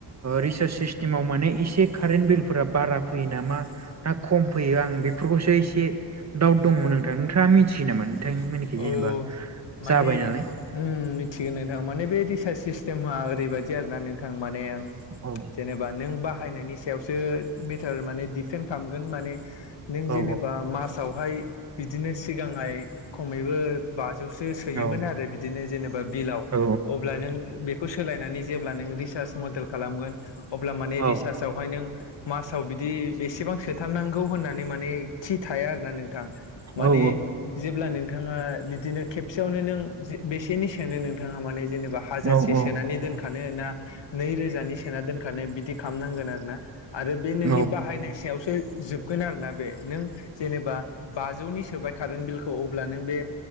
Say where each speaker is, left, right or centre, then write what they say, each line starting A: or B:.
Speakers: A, on the right; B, on the left.
A: रिसार्ज सिस्टेमाव माने एसे कारेन्ट बिल फोर बारा फैयो नामा ना खम फैयो आं बेफोरखौसो एसे दाउट दंमोन नोंथां नोंथाङा मिथियो नामा? नोंथांमोननिखि
B: औ
A: जेनेबा
B: माने
A: जाबाय नालाय
B: उम मिथियो नोंथां माने बे रिसार्च सिस <unintelligible> मा ओरैबायाददि आरो ना नोंथां माने
A: औ
B: जेनेबा नों बा बाहायनायनि सायावसो मेटार माने दिडफेन्ड खालामगोन माने नों
A: औ
B: जेनेबा मासावहाय बिदिनो सिगाङाय खमैबो बाजौ सो सोयोन
A: औ
B: आरो बिदिनो जेनेबा बिलाव
A: औ
B: अब्ला जों बेखौ सालायनानै जेब्ला नों रिसार्च मडेल खालामगोन अब्ला माने
A: औ
B: रिसार्चआवहाय नों मासाव बिदि बेसेबां सोथारनांगौ होननानै माने खि थाया आरोना नोंथां माने
A: औ
B: जेब्लानो नोंथाङा बिदिनो खेबसेयावनो नों बेसेनि सोनो नोंथाङा माने जेने बा हाजारसे
A: औ औ औ
B: सोनानै दोनखानो ना नै रोजानि सोना दोनखानो बिदि खालामनांगोन आरो ना आरो बे नोंनि
A: औ
B: बाहायनाय सायावसो जोबगोन आरोना बे नों जेनेबा बाजौनि सोबाय बिलखौ अब्ला नों बे